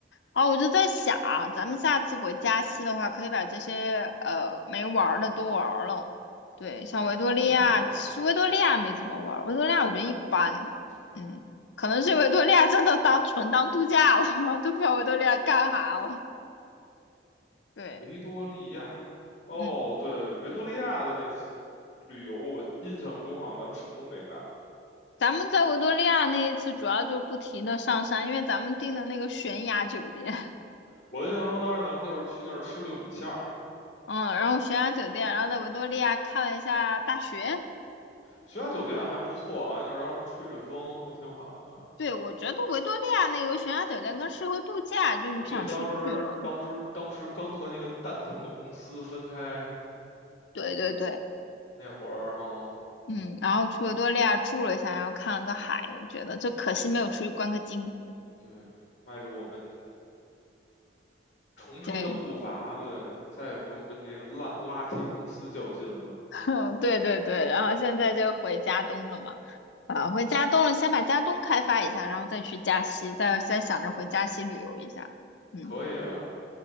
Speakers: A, on the left (about 80°); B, on the left (about 40°).
A: 然后我就在想啊，咱们下次回加西的话，可以把这些呃没玩儿的都玩儿了。对，像维多利亚，
B: 啊，
A: 其实维多利亚没怎么玩儿，维多利亚我觉得一般。
B: 对，
A: 嗯，可能是维多利亚真的当纯当度假了，<laughs> 都不知道维多利亚干啥了。对，
B: 维多利亚。哦，
A: 嗯，
B: 对，维多利亚的那次旅游，我印象中好像咱们什么都没干。
A: 咱们在维多利亚那一次主要就不停的上山，因为咱们订的那个悬崖酒店，<laughs>
B: 我印象中当时咱们就是去那儿吃了个米线儿，
A: 嗯，然后悬崖酒店，然后在维多利亚看了一下大学。
B: 学校酒店还不错，哎，那儿当时吹着风还挺好的。
A: 对，我觉得维多利亚那个悬崖酒店更适合度假，就你不想出去了。
B: 我记得当时当时当时刚和那个蛋疼的公司分开
A: 对对对，
B: 那会儿哈、
A: 嗯，然后去维多利亚住了一下，然后看了个海，我觉得就可惜没有出去观个景。
B: 对，迈着我们重生的步伐，
A: 对，
B: 对，再也不用跟那个烂垃圾公司较劲了。
A: <laughs> 对对对，然后现在就回家东了嘛，啊，
B: 对，
A: 回家东了，先把家东开发一下，然后再去加西，再再想着回加西旅游一下。嗯，
B: 可以啊。